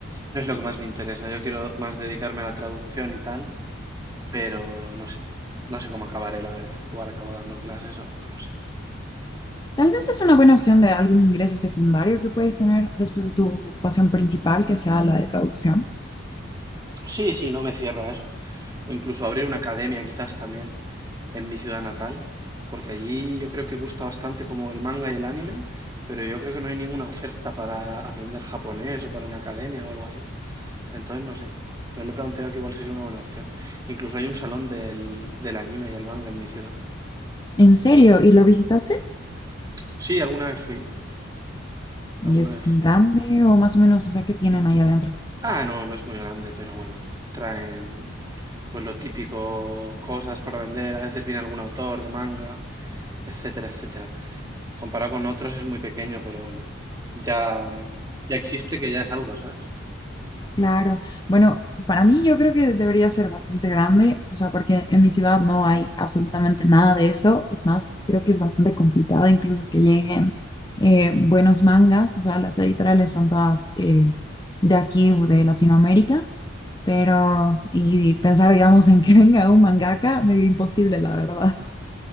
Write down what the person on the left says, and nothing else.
Tal vez es una buena opción de algún ingreso secundario que puedes tener después de tu ocupación principal, que sea la de traducción.
¿En serio? ¿Y lo visitaste?
¿Y es
grande o más o menos, o sea, qué tienen ahí adentro?
Claro. Bueno, para mí yo creo que debería ser bastante grande, o sea, porque en mi ciudad no hay absolutamente nada de eso. Es más, creo que es bastante complicado incluso que lleguen eh, buenos mangas, o sea, las editoriales son todas eh, de aquí, de Latinoamérica, pero y pensar, digamos, en que <laughs> venga un mangaka, medio imposible, la verdad.